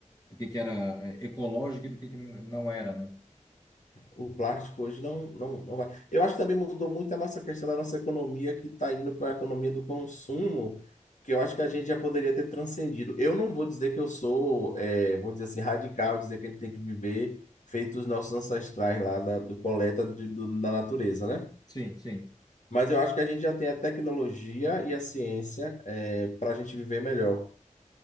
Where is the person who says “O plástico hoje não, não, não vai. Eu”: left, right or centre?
Left